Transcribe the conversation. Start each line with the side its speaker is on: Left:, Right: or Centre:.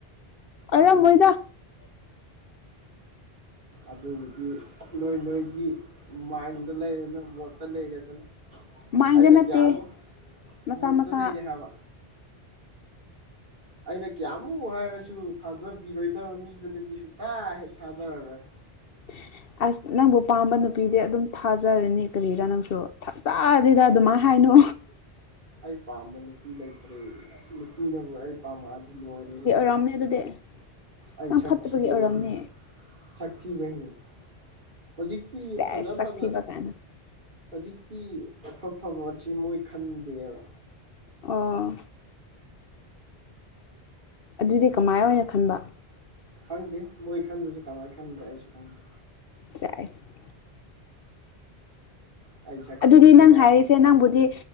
Left: ꯑꯔꯝꯕꯣꯏꯗ
Right: ꯎꯝ ꯑꯗꯨꯕꯨꯗꯤ ꯅꯣꯏ ꯅꯣꯏꯒꯤ ꯃꯥꯏꯟꯗꯂꯩꯔꯦꯅ ꯃꯣꯠꯇꯂꯩꯔꯦꯗꯅ
Left: ꯃꯥꯏꯟꯗ
Right: ꯑꯩꯅ
Left: ꯅꯠꯇꯦ
Right: ꯀꯌꯥꯃꯨꯛ
Left: ꯃꯁꯥ
Right: ꯃꯨꯠꯇ
Left: ꯃꯁꯥ
Right: ꯂꯩꯔꯦ ꯍꯥꯏꯕ ꯑꯩꯅ ꯀꯌꯥꯃꯨꯛ ꯍꯥꯏꯔꯁꯨ ꯊꯥꯖꯕꯤꯔꯣꯏꯗꯕ ꯃꯤꯗꯨꯅꯗꯤ ꯁꯨꯛꯇ ꯍꯦꯛ ꯊꯥꯖꯔꯔꯣꯏ
Left: <unintelligible> ꯑꯁ ꯅꯪꯕꯨ ꯄꯥꯝꯕ ꯅꯨꯄꯤꯗꯤ ꯑꯗꯨꯝ ꯊꯥꯖꯔꯅꯤ ꯀꯔꯤꯔꯥ ꯅꯪꯁꯨ ꯊꯖꯗꯦꯗ ꯑꯗꯨꯃꯥꯏ ꯍꯥꯏꯅꯨ
Right: ꯑꯩ ꯄꯥꯝꯕ ꯅꯨꯄꯤ ꯂꯩꯇ꯭ꯔꯦ ꯅꯨꯄꯤꯅꯕꯨ ꯑꯩ ꯄꯥꯝꯃꯛꯑꯗꯤ ꯂꯣꯏꯔꯦꯍꯦ
Left: ꯄꯝꯅꯦ ꯑꯗꯨꯗꯤ
Right: ꯑꯩ
Left: ꯅꯪ
Right: ꯁꯛ
Left: ꯐꯠꯇꯕꯒꯤ
Right: ꯊꯤꯗꯦ
Left: ꯑꯣꯏꯔꯝꯅꯤ
Right: ꯑꯗꯨ ꯁꯛꯊꯤꯕꯩꯅꯦ ꯍꯧꯖꯤꯛꯇꯤ
Left: ꯁꯦꯁ
Right: ꯐꯉꯥ
Left: ꯁꯛꯊꯤꯕ
Right: ꯐꯉꯥ
Left: ꯀꯥꯏꯅ
Right: ꯍꯧꯖꯤꯛꯇꯤ ꯑꯐ ꯐꯕꯣꯠ ꯑꯁꯤ ꯃꯣꯏ ꯈꯟꯗꯦꯕ
Left: ꯑꯣ ꯑꯗꯨꯗꯤ ꯀꯃꯥꯏ ꯑꯣꯏꯅ ꯈꯟꯕ
Right: ꯈꯪꯗꯦ ꯃꯣꯏ ꯈꯟꯕꯁꯦ ꯀꯃꯥꯏ ꯈꯟꯕ ꯑꯩꯁꯨ ꯈꯪꯗꯦ
Left: ꯆꯥꯏꯁ
Right: ꯑꯩ ꯁꯛ
Left: ꯑꯗꯨꯗꯤ
Right: ꯊꯤꯕꯩꯔꯥ
Left: ꯅꯪ ꯍꯥꯏꯔꯤꯁꯦ ꯅꯪꯕꯨꯗꯤ